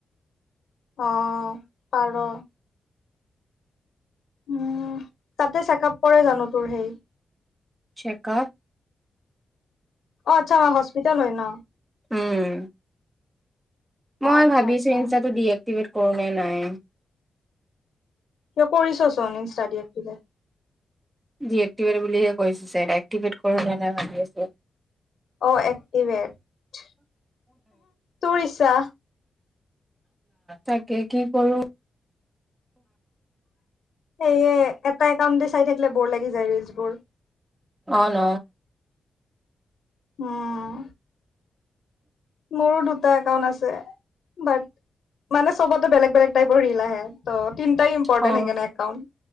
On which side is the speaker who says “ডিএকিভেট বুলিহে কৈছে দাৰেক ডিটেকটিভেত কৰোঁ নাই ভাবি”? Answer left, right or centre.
Right